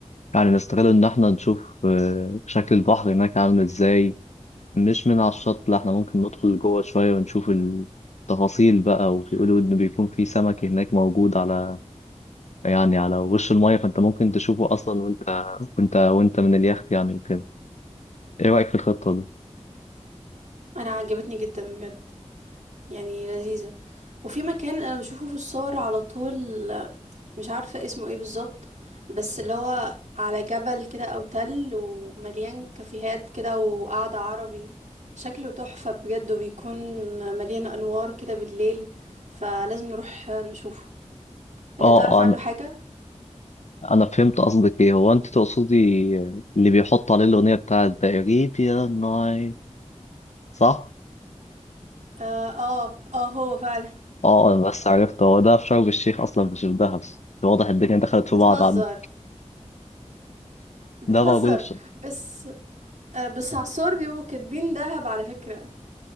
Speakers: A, on the left; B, on the right.
A: يعني نستغل إن إحنا نشوف آه، شكل البحر هناك عامل إزاي مش من على الشط لا إحنا ممكن ندخل جوه شوية ونشوف التفاصيل بقى وبيقولوا إن بيكون في سمك هناك موجود على يعني على وش المية فأنت ممكن تشوفه أصلا وأنت وأنت وأنت من اليخت يعني وكده إيه رأيك في الخطة دي؟
B: انا عجبتني جدا بجد يعني لذيذة وفي مكان انا بشوفه في الصور على طول مش عارفة اسمه ايه بالظبط بس اللي هو على جبل كده او تل ومليان كافيهات كده وقعدة عربي شكله تحفة بجد وبيكون مليان انوار كده بالليل فلازم نروح نشوفه انت
A: آه
B: تعرف
A: آه،
B: عنه
A: أنا
B: حاجة؟
A: أنا فهمت قصدك إيه هو أنت تقصدي اللي بيحط عليه الأغنية بتاعت The Arabian Night صح؟
B: اه اه, آه هو فعلا
A: اه آه، بس عرفت هو ده في شرم الشيخ اصلا مش في دهب واضح الدنيا دخلت في
B: <laughs> بتهزر
A: بعض عنده
B: بتهزر
A: ده موجود في ش...
B: بس آه بس على الصور بيبقوا كاتبين دهب على فكرة